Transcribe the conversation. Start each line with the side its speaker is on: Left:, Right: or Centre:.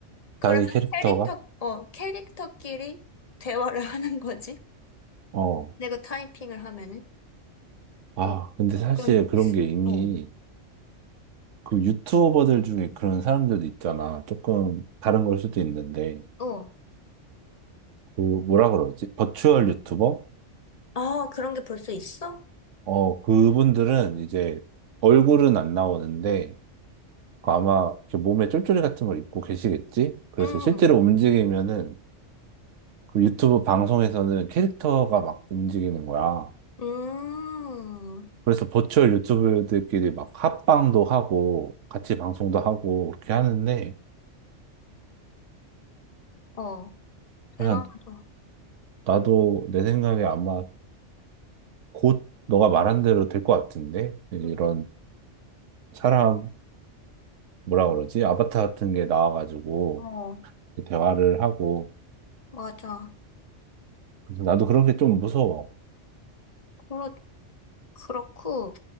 Left: 그래서
Right: 자기 캐릭터가?
Left: 캐릭터, 어, 캐릭터끼리 대화를 <laughs> 하는 거지.
Right: 어.
Left: 내가 타이핑을 하면은.
Right: 아,
Left: 어,
Right: 근데 사실
Left: 그러니까,
Right: 그런 게 이미
Left: 어,
Right: 그 유튜버들 중에 그런 사람들도 있잖아. 조금 다른 걸 수도 있는데.
Left: 어.
Right: 그 뭐라 그러지? 버추얼 유튜버?
Left: 아, 그런 게 벌써 있어?
Right: 어, 그분들은 이제 얼굴은 안 나오는데 그 아마 이렇게 몸에 쫄쫄이 같은 걸 입고 계시겠지? 그래서
Left: 음,
Right: 실제로 움직이면은 그 유튜브 방송에서는 캐릭터가 막 움직이는 거야.
Left: 음,
Right: 그래서 버추얼 유튜버들끼리 막 합방도 하고 같이 방송도 하고 그렇게 하는데
Left: 어, 대단하다.
Right: 그래서 나도 내 생각에 아마 곧 너가 말한 대로 될 것 같은데 이런
Left: 음,
Right: 사람 뭐라 그러지? 아바타 같은 게 나와가지고
Left: 어,
Right: 대화를 하고
Left: 맞아.
Right: 그래서 나도 그런 게 좀 무서워.
Left: 그렇, 그렇고,